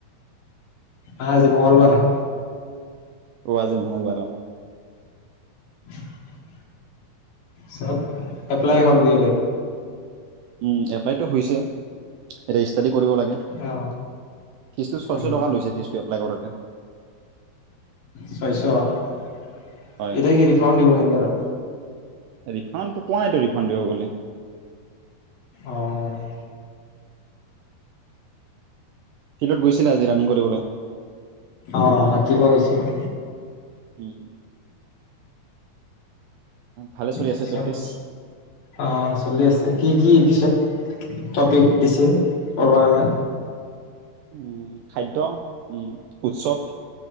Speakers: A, on the left; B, on the right.
A: আহ', আজি মঙলবাৰহে
B: অ', আজি মঙলবাৰ অ,
A: <unintelligible> চ'ব এপ্লাই হ'ল দি এ লেদ
B: উম', এপ্লাইতটো হৈছে। এতিয়া ষ্টাডিৰ কৰিব লাগে। ফিজটো
A: অ
B: ছয়শ
A: আমি
B: টকা লৈছে। ফিজটো এপ্লাই কৰোতে।
A: ছয়শ এতিয়া
B: হয়
A: কি ৰিফ্ৰাণ্ড দিব নেকি আৰু
B: ৰিফ্ৰাণ্ডটো কোৱা নাইটো ৰিফ্ৰাণ্ড দিব বুলি।
A: অহ',
B: ফিল্ডত গৈছিলা। আজি ৰানিং কৰিবলৈ।
A: অ', ৰাতিপুৱা গৈছোঁ।
B: উম', ভালে চলি আছে
A: পিছত
B: প্ৰেক্টিচ?
A: অ', চলি আছে। কি কি পিছত টপিক দিছে, কৰবা কাৰণে
B: উম', খাদ্য উম, উৎসৱ।